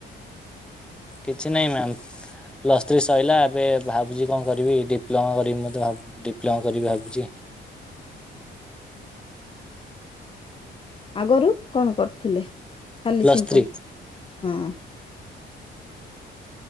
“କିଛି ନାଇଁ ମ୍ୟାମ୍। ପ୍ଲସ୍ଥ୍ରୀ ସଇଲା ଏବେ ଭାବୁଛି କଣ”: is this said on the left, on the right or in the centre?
Centre